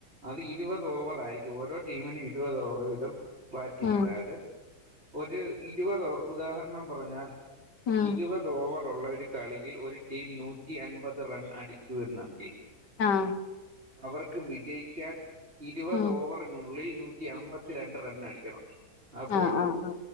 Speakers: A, on the right; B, on the left.
A: അത് ഇരുപത് ഓവറായിരിക്കും ഓരോ ടീമിനും ഇരുപത് ഓവറ് വീധം ബാറ്റിങ്ങ്
B: ഉം
A: അതായിത് ഒര് ഇരുപത് ഓ ഉദാഹരണം പറഞ്ഞാൽ
B: ഉം
A: ഇരുപത് ഓവറ് ഒള്ളൊര് കളിയിൽ ഒരു ടീം നൂറ്റി അൻപത് റൺ അടിച്ചു എന്നെങ്കി
B: ആഹ്.
A: അവർക്ക് വിജയിക്കാൻ ഇരുപത്
B: ഉം
A: ഓവർ നുള്ളിൽ നൂറ്റി അമ്പത്തി രണ്ട് റണ്ണ് അടിക്കണം അപ്പോൾ
B: ആ ആ ആ